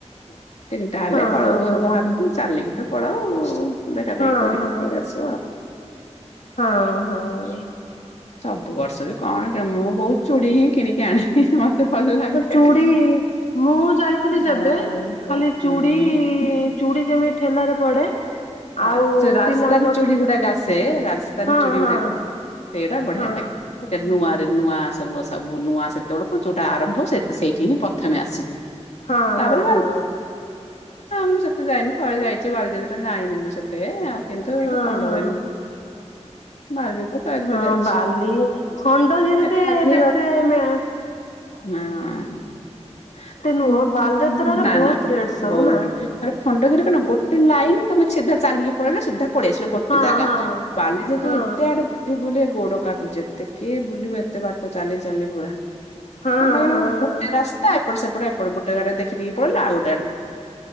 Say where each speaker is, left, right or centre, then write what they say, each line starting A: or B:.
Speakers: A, on the left (about 80°); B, on the left (about 70°).
A: ହଁ
B: ତିନିଟା ହେଲେ ପଳଉ
A: ହଁ
B: ଘରୁ
A: ହଁ
B: ବାହାରିକି ଚାଲିକି ତ ପଳାଉ। ଦେଖାଦେଖି
A: ହଁ
B: କରିକି
A: ହଁ।
B: ପଲେଇ ଆସିବା ଆଉ।
A: ହଁ ହଁ।
B: ସବୁ ବର୍ଷ ବି କଣ ମୁଁ ବହୁତ ଚୁଡ଼ି ହିଁ କିଣିକି ଆଣେ। ମତେ ଭଲ ଲାଗେ
A: ଚୁଡ଼ି ମୁଁ ଯାଇଥିଲି ଯେବେ
B: ହଁ
A: ଖାଲି
B: ହଁ।
A: ଚୁଡ଼ି ଚୁଡ଼ି ଯେମିତି ଠେଲାରେ ପଡେ
B: ଆ
A: ଆଉ
B: ସେ ରାଜସ୍ଥାନୀ
A: ପିଲାଙ୍କ
B: ଚୁଡୀ ଗୁଡାକ ଆସେ ରାଜସ୍ଥାନୀ
A: ହଁ
B: ଚୁଡୀ
A: ହଁ
B: ଗୁଡାକ ସେଇଟା ବଢିଆ
A: ହଁ
B: ଲାଗେ ସେ ନୂଆ ରେ ନୂଆ ସବୁ ସବୁ ନୂଆ ସେତେବେଳକୁ ଯୋଉଟା ଆରମ୍ଭ ସେ ସେଇଠି ହିଁ ପ୍ରଥମେ ଆସିବୁ
A: ହଁ ହଁ ହଁ
B: ତାପରେ
A: ହଁ
B: ମୁଁ ସେତେ ଯାଇନି ଥରେ ଯାଇଛି ବାଲିଯାତ୍ରା ଯାଇନି ମୁଁ। ସେତେ ଆଉ କିନ୍ତୁ
A: ହଁ
B: ପଣ୍ଡାରେ
A: ହଁ
B: ବାଲିଯାତ୍ରା ଥରେ ଦିଥର
A: ହଁ
B: ଯାଇଛି।
A: ବାଲି ଖଣ୍ଡଗିରିରେ
B: ଏ ଚାଲିବାକୁ
A: ଯେତେ ମେଳା
B: ହଁ
A: ନୁହଁ ବାଲିଯାତ୍ରାରେ
B: ନା
A: ବହୁତ
B: ନା
A: ରେଟ ସବୁ
B: ବହୁ
A: ନା
B: ଖଣ୍ଡଗିରି କଣ ଗୋଟେ ଲାଇନ ତମେ ସିଧା ଚାଲିକି ପଳେଇଲ ସିଧା ପଳେଇ ଆସିଲ ଗୋଟେ
A: ହଁ
B: ଜାଗା।
A: ହଁ।
B: ବାଲିଯାତ୍ରରେ
A: ହଁ
B: ଏତେ ଆଡେ ବୁଲି ବୁଲେ ଗୋଡ କାଟୁଛି ଏତେ କିଏ ବୁଲିବ ଏତେ ବାଟ ଚାଲି ଚାଲି ପୁରା।
A: ହଁ
B: ଖଣ୍ଡଗିରି
A: ହଁ
B: ଗୋଟେ ରାସ୍ତା ଏପଟ ସେପଟେ ଏପଟ ଗୋଟେ <unintelligible> ପଳିଇଲ ଆଉ ଗୋଟେ ଆଡେ